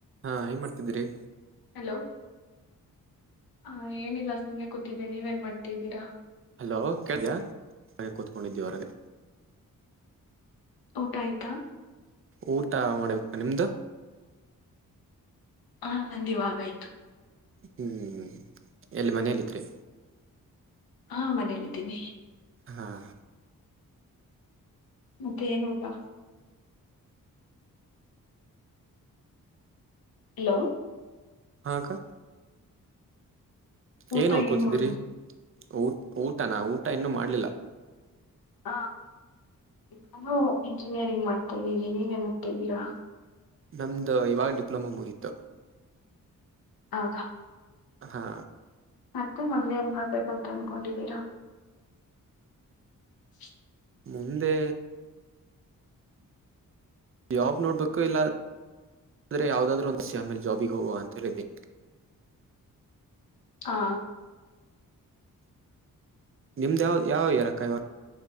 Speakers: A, on the right; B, on the left.
A: ಹಾ ಏನ್ ಮಾಡ್ತಿದ್ದೀರಿ
B: ಹಲೋ ಹ ಏನಿಲ್ಲ ಸುಮ್ನೆ ಕೂತಿದ್ದ ನೀವೇನ್ ಮಾಡ್ತಿದ್ದೀರಾ.
A: ಹಲೋ ಕೇಳಿದಯ ಹಾಗೆ ಕೂತ್ಕೊಂಡಿದ್ದೀ ಹೊರಗೆ
B: ಊಟ ಆಯ್ತಾ.
A: ಊಟ ಮಾಡಬೇಕಾ ನಿಮ್ದು
B: ಹಾ ನಂದಿವಾಗ ಆಯ್ತು.
A: ಹ್ಮ್ ಎಲ್ಲಿ ಮನೆಯಲ್ಲಿದ್ರಿ
B: ಹಾ ಮನೇಲ್ಲಿದ್ದೀನಿ.
A: ಹಾಂ
B: ಮತ್ತೆ ಏನು ಇಲ್ಲ ಹಲೋ
A: ಹಾಅಕ್ಕ
B: ಊಟ
A: ಏನ್ ಓದ್ಕೋತಿದ್ದೀರಿ
B: ಊಟ
A: ಊಟ್ ಊಟನಾ ಊಟ ಇನ್ನುೂ ಮಾಡ್ಲಿಲ್ಲ
B: ಹ ನಾನು ಇಂಜಿನಿಯರಿಂಗ್ ಮಾಡ್ತಾ ಇದ್ದೀನಿ ನೀವೇನತಿದ್ದೀರಾ
A: ನಮ್ದು ಇವಾಗ ಡಿಪ್ಲೊಮ ಮುಗಿತ
B: ಹೌದಾ
A: ಹಾ
B: ಮತ್ತೆ ಮಂದೆ ಏನ್ ಮಾಡ್ಬೇಕಂತ ಅಂದಕೊಂಡಿದೀರಾ <inaudible>
A: ಮುಂದೆ ಜಾಬ್ ನೋಡ್ಬೇಕು ಇಲ್ಲ ಆದ್ರೆ ಯಾವುದಾದ್ರೂ ಒಂದುಸ ಆಮೇಲೆ ಜಾಬಿಗೆ ಹೋಗುವ ಅಂತ ಹೇಳಿದ್ದೆ
B: ಹಾ
A: ನಿಮ್ದ ಯಾವ ಯಾವ ಇಯರ್ ಅಕ್ಕ